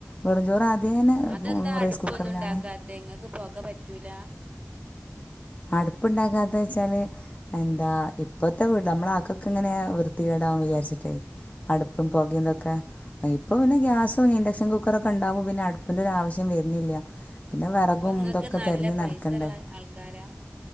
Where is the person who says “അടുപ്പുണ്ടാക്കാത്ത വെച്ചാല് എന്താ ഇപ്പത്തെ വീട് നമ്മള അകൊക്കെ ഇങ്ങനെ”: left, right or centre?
Left